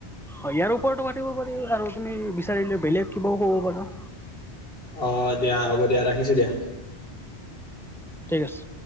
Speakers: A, in the centre; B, on the left (about 60°).
A: ইয়াৰ ওপৰতো পাতিব পাৰি আৰু তুমি বিচাৰিলে বেলেগ কিবাও কব পাৰা।
B: অহ দিয়া হ'ব দিয়া ৰাখিছো দিয়া।
A: ঠিক আছে।